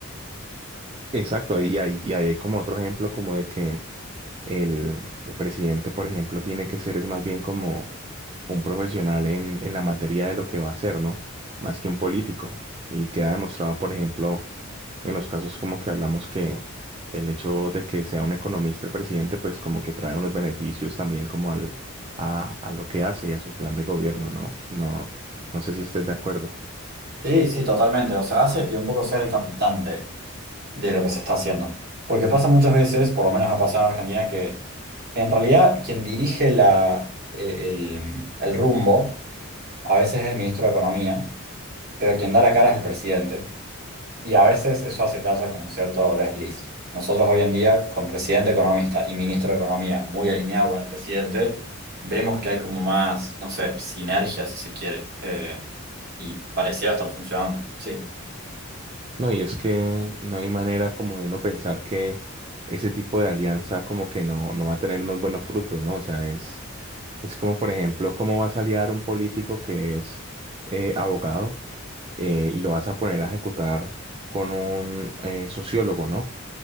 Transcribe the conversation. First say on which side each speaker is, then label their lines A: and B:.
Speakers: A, on the right (about 25°); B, on the right (about 45°).
A: Exacto, y hay, y hay como otro ejemplo como de que el, el presidente, por ejemplo, tiene que ser es más bien como un profesional en, en la materia de lo que va a hacer, ¿no? Más que un político. Y queda demostrado, por ejemplo, en los casos como que hablamos que el hecho de que sea un economista el presidente, pues como que trae unos beneficios también como al, a, a lo que hace y a su plan de gobierno, ¿no? No, no sé si estés de acuerdo.
B: Sí, sí, totalmente. O sea, hace que un poco sea el capitán de, de lo que se está haciendo. Porque pasa muchas veces, por lo menos ha pasado en Argentina, que en realidad quien dirige la, eh, el, el rumbo a veces es el ministro de Economía, pero quien da la cara es el presidente. Y a veces eso hace que haya como cierto desliz. Nosotros hoy en día, con presidente economista y ministro de Economía muy alineado con el presidente, vemos que hay como más, no sé, sinergia si se quiere. eh, y pareciera estar funcionando. Sí.
A: No, y es que no hay manera como de uno pensar que ese tipo de alianza como que no, no va a tener unos buenos frutos, ¿no? O sea, es, es como, por ejemplo, cómo vas a aliar un político que es eh, abogado eh, y lo vas a poner a ejecutar con un eh, sociólogo, ¿no?